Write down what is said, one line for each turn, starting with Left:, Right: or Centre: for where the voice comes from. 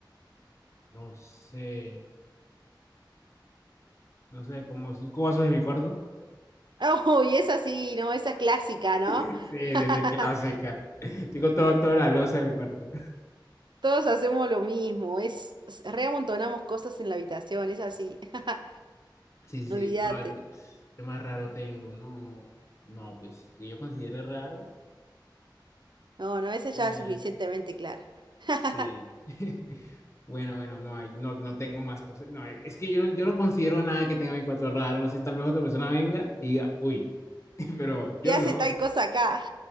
Left: no sé, no sé, como cinco vasos de mi cuarto. <laughs>
Right: Oh, y esa sí, no, esa es clásica, ¿no?
Left: Sí,
Right: <laughs>
Left: desde que hace acá. Tengo todo, toda la loza en mi cuarto.
Right: Todos hacemos lo mismo, es es- reamontonamos cosas en la habitación, es así. <laughs>
Left: Sí, sí,
Right: Olvídate.
Left: sí, a ver, ¿qué, qué más raro tengo? No, no, no, pues que yo considere raro.
Right: No, no, esa ya
Left: Eh,
Right: es suficientemente clara. <laughs>
Left: Sí. <laughs> Bueno, bueno, no hay, no, no tengo más cosas. No, es que yo no, yo no considero nada que tenga mi cuarto raro. No sé, tal vez otra persona venga y diga, uy, <laughs> pero yo
Right: ¿Qué hace
Left: no.
Right: tal cosa acá?